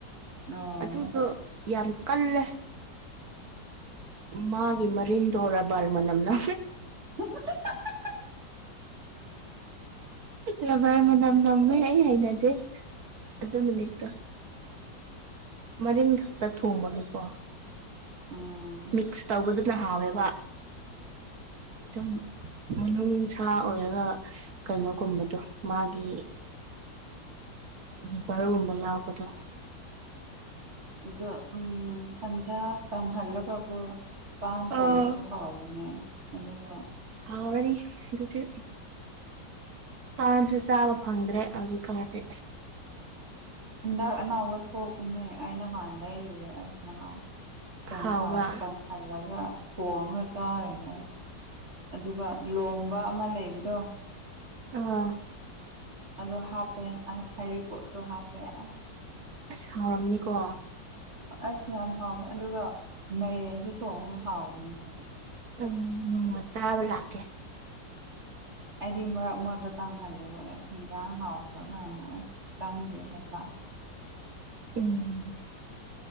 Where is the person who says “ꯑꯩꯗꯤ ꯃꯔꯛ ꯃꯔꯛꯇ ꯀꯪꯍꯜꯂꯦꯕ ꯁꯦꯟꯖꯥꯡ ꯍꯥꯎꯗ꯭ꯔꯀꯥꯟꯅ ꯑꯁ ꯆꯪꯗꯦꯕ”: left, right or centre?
Right